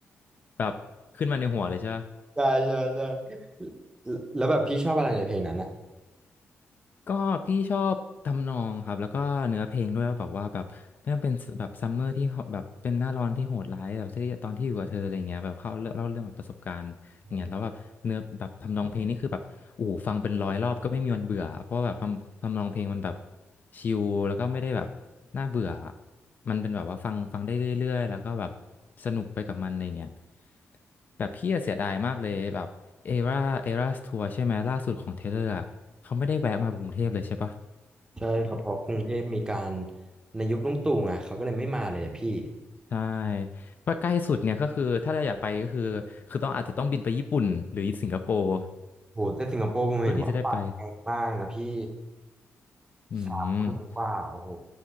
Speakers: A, on the left; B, on the right.
A: แบบ ขึ้นมาในหัวเลยใช่ปะ
B: ใช่ใช่ใช่แล้วแล้วแบบพี่ชอบอะไรในเพลงนั้นอ่ะ
A: ก็พี่ชอบทำนองครับแล้วก็เนื้อเพลงด้วยว่าแบบว่าแบบไม่ต้องเป็นแบบซัมเมอร์ที่แบบเป็นหน้าร้อนที่โหดร้ายแบบที่ตอนที่อยู่กับเธออะไรเงี้ยแบบเข้าเล่าเล่าเรื่องแบบประสบการณ์อย่างเงี้ยแล้วแบบเนื้อแบบทำนองเพลงนี่คือแบบโอ้โหฟังเป็นร้อยรอบก็ไม่มีวันเบื่อเพราะว่าแบบทำทำนองเพลงมันแบบ
B: อ๋อ
A: ชิลแล้วก็ไม่ได้แบบน่าเบื่อมันเป็นแบบว่าฟังฟังได้เรื่อยๆแล้วก็แบบสนุกไปกับมันอะไรเงี้ยแบบพี่อะเสียดายมากเลยแบบเอราเอราทัวร์ใช่ไหมล่าสุดของเทเลอร์ เขาไม่ได้แวะมากรุงเทพเลยใช่ปะ
B: ใช่ครับเพราะกรุงเทพมีการในยุคลุงตู่ไงเขาก็เลยไม่มาเลยอะพี่
A: ใช่ก็ใกล้สุดเนี่ยก็คือถ้าเราอยากไปก็คือคือต้องอาจจะต้องบินไปญี่ปุ่นหรือสิงคโปร์
B: โหแต่สิงคโปร์ผมเห็นว่าบัตรแพงมากนะพี่
A: เพื่อที่จะได้ไปอืม
B: สามพันกว่าโอ้โห